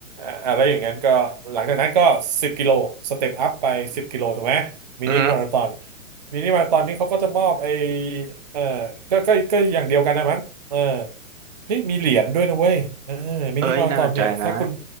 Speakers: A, on the right; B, on the right.
A: <laughs> อาแล้วอย่างนั้นก็หลังจากนั้นก็สิบกิโลสเต็ปอัพไปสิบกิโลถูกไหมมินิมาราธอน
B: อือฮึ
A: มินิมาราธอนนี่เขาก็จะมอบไอเออก็ก็ก็อย่างเดียวกันนะมั้งเออเฮ้ยมีเหรียญด้วยนะเว้ยเออมินิมาราธอนเนี่ยถ้าคุณ
B: เอ้ยน่าสนใจนะ